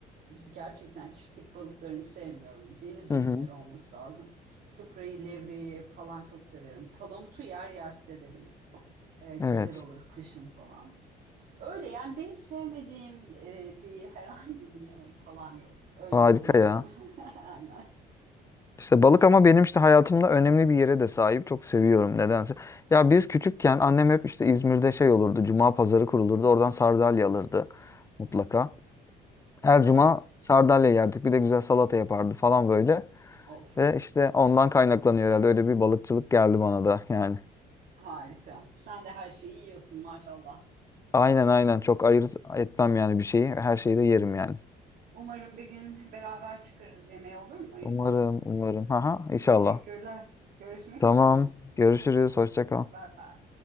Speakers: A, on the right; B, on the left.
A: gerçekten çiftlik balıklarını sevmiyorum. Deniz ürünleri
B: Hı hı.
A: olması lazım. Çuprayı, levreyi falan çok severim. Palamutu yer yer severim. Ee, güzel
B: Evet.
A: olur kışın falan. Öyle yani benim sevmediğim e, bir <laughs> herhangi bir yemek falan yok. Öyle
B: Harika
A: diyebilirim.
B: ya.
A: <laughs> Aynen.
B: İşte balık ama benim işte hayatımda önemli bir yere de sahip. Çok seviyorum nedense. Ya biz küçükken annem hep işte İzmir'de şey olurdu. Cuma pazarı kurulurdu. Oradan sardalya alırdı mutlaka. Her
A: Evet.
B: cuma sardalya yerdik. Bir de güzel salata yapardı falan böyle.
A: Of,
B: Ve işte ondan kaynaklanıyor herhalde. Öyle bir balıkçılık geldi bana da yani.
A: harika. Sen de her şeyi yiyorsun maşallah.
B: Aynen aynen çok ayırt etmem yani bir şeyi. Her şeyi de yerim yani.
A: Umarım bir gün beraber çıkarız yemeğe olur mu İrfan?
B: Umarım umarım. Haha inşallah.
A: Teşekkürler. Görüşmek
B: Tamam.
A: üzere.
B: Görüşürüz. Hoşça kal.
A: Bye bye.